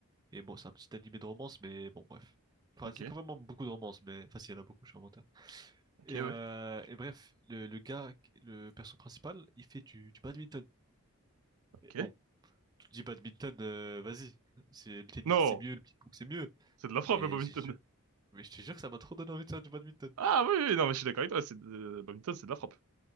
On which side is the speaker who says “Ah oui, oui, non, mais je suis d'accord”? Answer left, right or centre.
Right